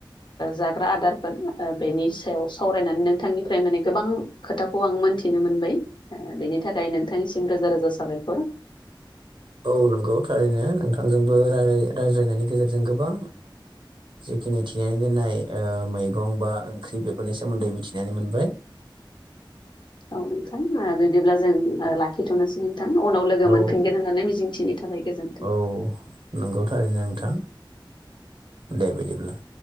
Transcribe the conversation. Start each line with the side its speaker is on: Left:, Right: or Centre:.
Left: जाग्रा आदारफोर बेनि सायाव सावरायनानै नोंथांनिफ्राय माने गोबां खोथाखौ आं मोनथिनो मोनबाय बेनि थाखाय नोंथांनिसिम रोजा रोजा साबायखर
Right: औ नंगौ थारैनो नोंथांजोंबो रायज्लायनायनि गेजेरजों गोबां जिखिनि थिनानै दोननाय मैगं बा ओंख्रि बेफोरनि सोमोन्दै मिथिनानै मोनबाय
Left: औ नोंथां बिदिब्ला जों लाखिथ'नोसै नोंथां उनाव लोगो
Right: औ
Left: मोनफिनगोन मिजिंथिनि थाखाय गोजोन
Right: औ नंगौ थारैनो नोंथां दे बिदिब्ला